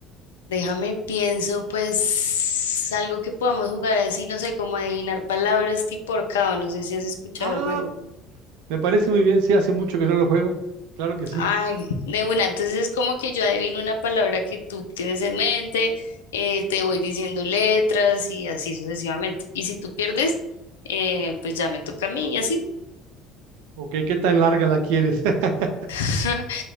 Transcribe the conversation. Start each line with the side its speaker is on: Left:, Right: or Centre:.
Left: Déjame pienso, pues, algo que podamos jugar así, no sé, como adivinar palabras tipo ahorcado. No sé si has escuchado
Right: Ah,
Left: el juego.
Right: me parece muy bien. Sí, hace mucho que no lo juego. Claro que sí.
Left: Ay, de una. Entonces es como que yo adivino una palabra que tú tienes en mente, eh, te voy diciendo letras y así sucesivamente. Y si tú pierdes, eh, pues ya me toca a mí y así.
Right: Ok, ¿qué tan larga la quieres? <laughs>
Left: <laughs>